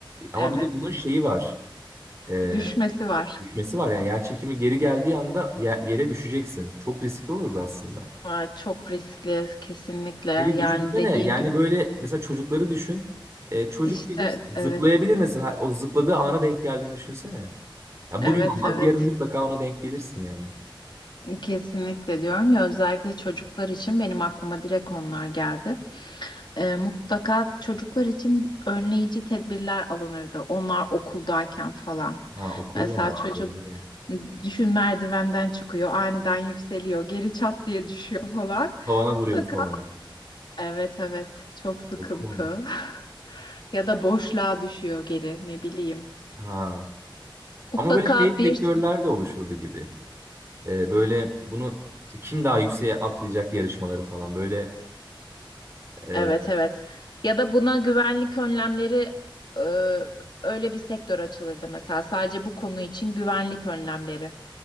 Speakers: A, on the right; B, on the left.
A: Ama
B: evet.
A: bir de bunun şeyi var. E,
B: Düşmesi var.
A: düşmesi var yani yer çekimi geri geldiği anda ye- yere düşeceksin. Çok riskli olurdu aslında.
B: Aa, çok riskli kesinlikle. Yani
A: Hele düşünsene
B: dediğin
A: yani
B: gibi.
A: böyle mesela çocukları düşün. E, çocuk
B: İşte
A: bilir zıplayabilir
B: evet.
A: mesela o zıpladığı ana denk geldiğini düşünsene. Ya
B: Evet
A: bugün olmaz
B: evet.
A: yarın mutlaka ona denk gelirsin yani.
B: Kesinlikle diyorum ya özellikle çocuklar için benim aklıma direkt onlar geldi. Ee, mutlaka çocuklar için önleyici tedbirler alınırdı. Onlar okuldayken falan.
A: Ha okul
B: Mesela
A: var.
B: çocuk
A: Doğru.
B: düşün merdivenden çıkıyor, aniden yükseliyor, geri çat diye düşüyor falan.
A: Tavana
B: Mutlaka
A: vuruyor falan.
B: evet evet çok sıkıntı.
A: Okul.
B: <laughs> Ya da boşluğa düşüyor geri ne bileyim.
A: Ha.
B: Mutlaka
A: Ama böyle şey
B: bir
A: sektörler de oluşurdu gibi. E, böyle bunu işte kim daha yükseğe atlayacak yarışmaları falan böyle e,
B: Evet evet. Ya da buna güvenlik önlemleri e, öyle bir sektör açılırdı mesela. Sadece bu konu için güvenlik önlemleri.